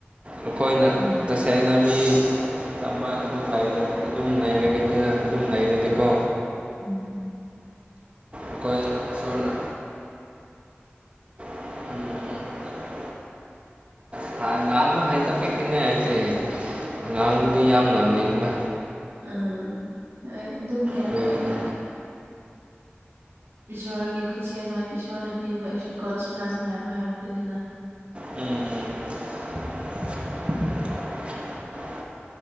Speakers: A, on the right; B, on the right.
A: ꯑꯩꯈꯣꯏꯅ
B: ꯎꯝ
A: ꯇꯁꯦꯡꯅ ꯃꯤ ꯆꯝꯕ ꯑꯗꯨ ꯑꯗꯨꯝ ꯂꯩꯔꯒꯦ ꯑꯗꯨꯝ ꯂꯩꯔꯗꯤꯀꯣ
B: ꯎꯝ
A: ꯑꯈꯣꯏ ꯑꯆꯣꯟꯅ ꯎꯝꯝ <unintelligible> ꯉꯥꯡꯕꯗꯤ ꯌꯥꯝ ꯉꯥꯡꯅꯤꯡꯕ
B: ꯎꯝ ꯑꯗꯨ ꯑꯗꯨꯝ ꯒ꯭ꯌꯥꯟ
A: ꯑꯗꯨꯒꯤꯅꯤ
B: ꯇꯥꯏꯗ ꯏꯁꯣꯔꯒꯤ ꯈꯨꯠꯁꯦꯝ ꯍꯥꯏꯅ ꯏꯁꯣꯔꯅ ꯄꯤꯕ ꯏꯁ ꯒꯣꯗꯁ ꯄ꯭ꯂꯥꯟ ꯒ ꯌꯥꯝ ꯍꯥꯏꯕꯗꯨꯅꯤꯅ
A: ꯎꯝ ꯎꯝ <unintelligible>